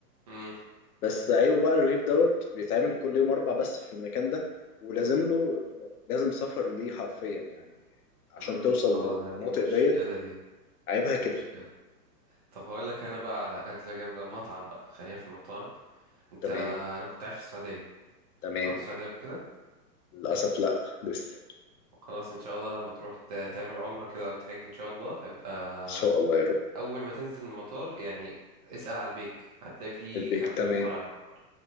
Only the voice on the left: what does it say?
بس عيبه بقى الرغيف دوت بيتعمل كل يوم اربع بس في المكان ده ولازم له لازم سفر ليه حرفيا يعني عشان
توصل
للمناطق
ديت
عيبها كده
تمام
تمام
للاسف لا لسه
ان شاء الله يا رب
البيك
تمام